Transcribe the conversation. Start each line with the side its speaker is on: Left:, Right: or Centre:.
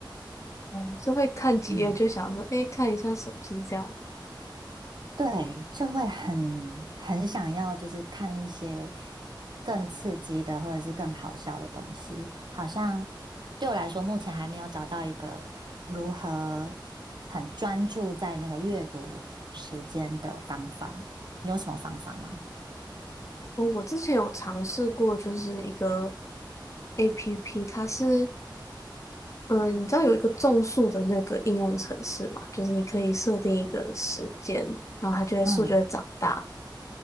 Left: 嗯是会看几页就想说，
Right: 嗯，
Left: 诶，看一下手机这样吗？
Right: 对，就会很很想要，就是看一些更刺激的或者是更好笑的东西。好像对我来说，目前还没有找到一个如何很专注在那个阅读时间的方法。你有什么方法吗？
Left: 我我之前有尝试过，就是一个 APP，它是呃，你知道有一个种树的那个应用程式嘛？就是你可以设定一个时间，然后它就会树就会长大。
Right: 嗯